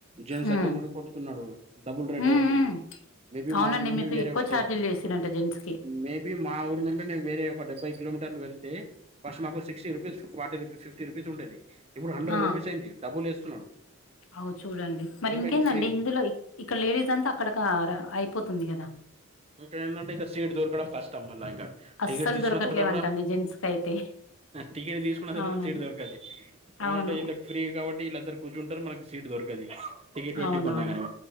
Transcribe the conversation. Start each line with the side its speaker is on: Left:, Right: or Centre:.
Right: జెంట్స్ దగ్గర
Left: ఉమ్
Right: నుండి కొట్తున్నాడు డబ్బుల్ రేట్
Left: ఉమ్
Right: పడుతుంది
Left: ఉమ్
Right: మేబీ
Left: అవునండి
Right: మా ఊరు నుండి
Left: మీకు
Right: వేరే
Left: ఎక్కువ
Right: ఒక
Left: ఛార్జీలు
Right: డెబ్
Left: చేసిరంట జెంట్స్ కి
Right: మేబీ మా ఊరీ నుండి నేను వేరే ఒక డెబ్బై కిలోమీటర్లు వెళ్తే ఫస్ట్ మాకు sixty rupees forty rupees fifty rupees ఉండేది ఇప్పుడు హండ్రెడ్
Left: ఆ
Right: రూపీస్ అయింది డబ్బుల్ వేస్తున్నాడు
Left: అవు చూడండి మరి
Right: ఏ
Left: ఇంకేందండి
Right: మీకు ఫ్రీ
Left: ఇందులో ఇక్కడ లేడీస్ అంతా అక్కడకర అయిపోతుంది కదా
Right: ఇంకా ఏంటంటే ఇంకా సీట్ దొరకడం కష్టం మళ్ళా ఇంకా
Left: అస్సలు
Right: టికెట్ తీసుకున్న
Left: దొరకట్లేవంటండి
Right: తర్వాత కూడా
Left: జెంట్స్ కి అయితే
Right: టికెట్ తీసుకున్న తర్వాత
Left: అవునండి
Right: సిట్ దొరకాలి ఏమనంటే
Left: అవును
Right: ఇళ్ళ ఫ్రీ కాబట్టి వీళ్ళందరు కూర్చుంటారు మనకి సీట్ దొరకదు టికెట్ పెట్టి
Left: అవునవును
Right: కొన్నా కాని